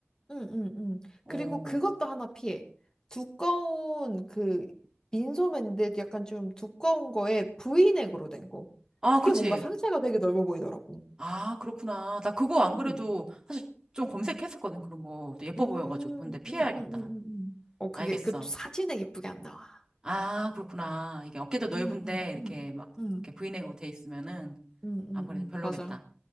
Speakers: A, on the left (about 15°); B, on the right (about 15°).
A: 응, 응, 응.
B: 어.
A: 그리고 그것도 하나 피해. 두꺼운 그 민소매인데 약간 좀 두꺼운 거에 브이넥으로 된 거.
B: 아,
A: 그게
B: 그치.
A: 뭔가 상체가 되게 넓어 보이더라고.
B: 아, 그렇구나. 나 그거 안
A: 음,
B: 그래도 사실 좀 검색했었거든, 그런 거. 또 예뻐
A: 음,
B: 보여가지고. 근데
A: 음,
B: 피해야겠다.
A: 음, 음, 음. 어, 그게,
B: 알겠어.
A: 그 사진에 예쁘게 안 나와.
B: 아, 그렇구나. 이게 어깨도 넓은데
A: 음, 음,
B: 이렇게
A: 음,
B: 막
A: 음,
B: 이렇게 브이넥으로 돼 있으면은
A: 음, 음,
B: 아무래도
A: 음.
B: 별로겠다.
A: 맞아.